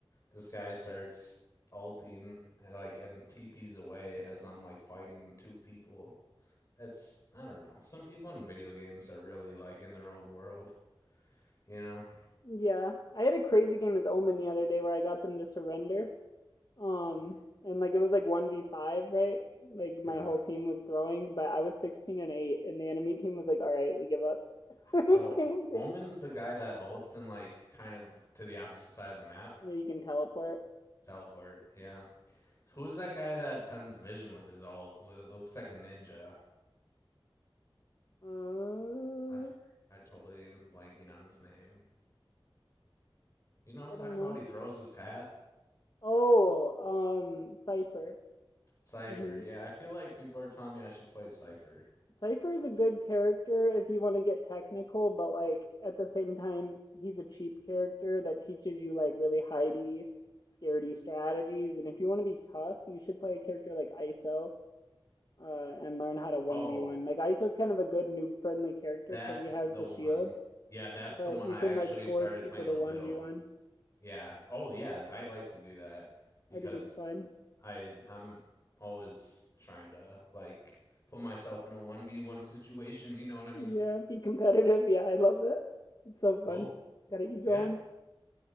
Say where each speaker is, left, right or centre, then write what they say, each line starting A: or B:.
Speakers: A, on the left; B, on the left.
A: This guy starts ulting and like and TPs away as I'm like fighting two people. That's I don't know. Some people in video games are really like in their own world, you know?
B: Yeah, I had a crazy game as Omen the other day where I got them to surrender Um,
A: Mm,
B: and like it was like one v five, right? Like my
A: Yeah.
B: whole team was throwing, but I was sixteen and eight, and the enemy team was like, "All right, we give up." <laughs> kind
A: So
B: of thing.
A: Omen's the guy that ults and like kind of to the opposite side of the map.
B: Yeah, you can teleport.
A: Teleport, yeah. Who's that guy that sends Vision with his ult? Lo- Looks like a ninja.
B: Uh,
A: I I totally am blanking on his name. You know what I'm talking
B: I don't know.
A: about? He throws his hat.
B: Oh, um, Cipher.
A: Cypher.
B: Mm-hmm.
A: Yeah, I feel like people are telling me I should play Cypher.
B: Cipher is a good character if you want to get technical, but like at the same time, he's a cheap character that teaches you like really hidey, scaredy strategies. And if you want to be tough, you should play a character like ISO uh, and learn how to 1v1.
A: Oh,
B: Like, Aizo's kind of a good noob friendly character
A: that's
B: because he has
A: the
B: the
A: one.
B: shield,
A: Yeah, that's
B: but
A: the one
B: you
A: I
B: can,
A: actually
B: like, force
A: started
B: people
A: playing
B: to
A: a little.
B: 1v1.
A: Yeah. Oh, yeah, I like to do that because
B: I think it's fun.
A: I I'm always trying to like put myself in a 1v1 situation, you know what I mean?
B: Yeah, be competitive. <laughs> Yeah, I love it. It's so fun.
A: Cool.
B: Got an ego
A: Yeah.
B: on.